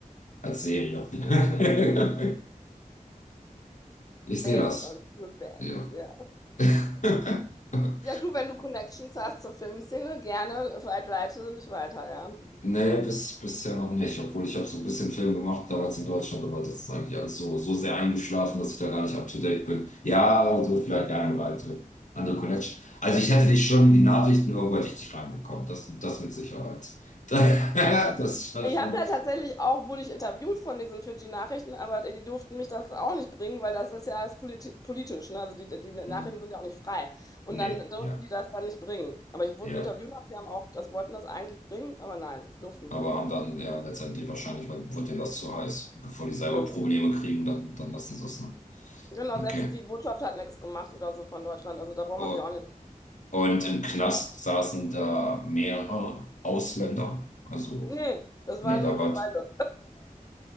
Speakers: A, on the left; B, on the left.
A: als Serie. <laughs> Ich
B: Based
A: sehe das.
B: on, based,
A: Ja.
B: ja.
A: <laughs>
B: Ja, du, wenn du Connections hast zur Filmszene, gerne vielleicht leite mich weiter, ja.
A: Nee, bis, bisher noch nicht, obwohl ich habe so ein bisschen Film gemacht damals in Deutschland, aber das ist eigentlich alles so, so sehr eingeschlafen, dass ich da gar nicht up to date bin. Ja, also vielleicht die eine oder alte, andere Connection. Also ich hätte dich schon in die Nachrichten irgendwo hätte ich dich reinbekommen, das, das mit Sicherheit. <laughs> Das war
B: Ich
A: schon.
B: habe da tatsächlich auch, wurde ich interviewt von diesen Fidschi-Nachrichten, aber die, die durften mich das auch nicht bringen, weil das ist ja alles politi politisch, ne? Also die, die Nachrichten
A: Hm.
B: sind ja auch nicht frei. Und
A: Nee,
B: dann durften
A: ja,
B: die das dann nicht bringen. Aber ich wurde
A: ja.
B: interviewt, sie haben auch, das wollten das eigentlich bringen, aber nein, durften
A: Aber
B: sie nicht.
A: haben dann ja letztendlich wahrscheinlich, weil wurde denen das zu heiß. Bevor die selber
B: Mhm.
A: Probleme kriegen, dann, dann lassen sie es, ne?
B: Genau,
A: Okay.
B: selbst die Botschaft hat nichts gemacht oder so von Deutschland, also da braucht
A: Oh,
B: man sich auch nicht.
A: Und im Knast saßen da mehrere Ausländer. Also,
B: Nee, das
A: nee,
B: waren
A: da
B: nur
A: war
B: wir beide.